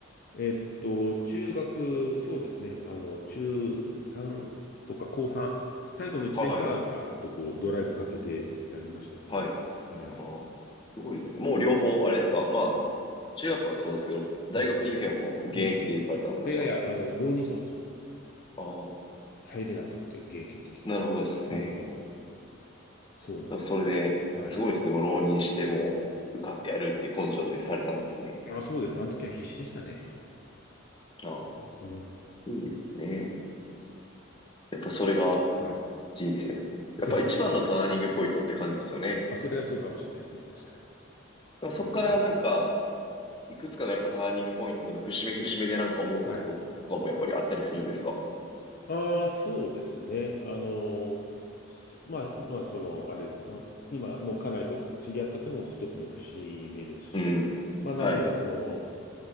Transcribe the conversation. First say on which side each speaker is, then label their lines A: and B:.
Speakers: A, on the left (about 45°); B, on the left (about 25°).
A: えっと、中学、そうですね、あの、中3とか高3、最後の1年間はガーッとこう、
B: あ。はい、
A: ドライブかけてやりましたね。
B: はい。
A: はい。
B: ああ、すごいですね。もう両方、あれですか。まあ、中学はそうですけど、大学受験も現役で行かれたんですか、
A: うん。うんいやいや、
B: じゃあ。
A: あの、浪人したんですよ。
B: ああ、
A: 入れなくって、現役の時は。
B: なるほどですね。
A: うん。そうなんです。
B: それで、
A: はい。
B: すごいですね。もう浪人しても、受かってやるって根性でされたんですね。
A: まあそうです。あの時は必死でしたね。
B: ああ、
A: うん。
B: いいですね。やっぱそれが
A: はい。
B: 人生。やっぱ一番のターニングポイントって感じですよね。
A: そうです。あ、それはそうかもしれないですね。確かに。
B: でもそっからなんか、
A: うん。
B: いくつかのやっぱターニングポイントの節目節目でなんか思うこととかもやっぱりあったりするんですか
A: はい。ああ、そうですね。あの、すまあ、まあ、その、あれ、まあ、今の家内と知り合ったっていうのも一つの節目ですし、
B: うん。
A: まあ、なんならその、
B: はい。